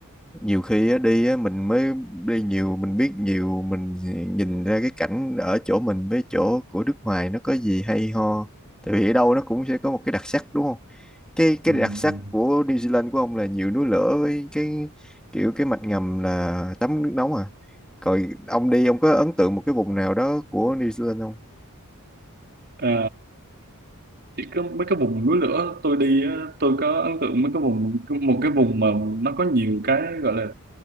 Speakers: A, in the centre; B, on the right.
A: nhiều khi á, đi á, mình mới đi nhiều mình biết nhiều mình nhìn ra cái cảnh ở chỗ mình với chỗ của nước ngoài nó có gì hay ho. Tại vì ở đâu nó cũng sẽ có một cái đặc sắc đúng không? cái cái
B: ừ,
A: đặc sắc
B: ừ.
A: của New Zealand của ông là nhiều núi lửa với cái kiểu cái mạch ngầm là tắm nước nóng à rồi ông đi ông có ấn tượng một cái vùng nào đó của New Zealand không
B: Ờ, chỉ có mấy cái vùng núi lửa tôi đi á, tôi có ấn tượng mấy cái vùng một cái vùng mà nó có nhiều cái gọi là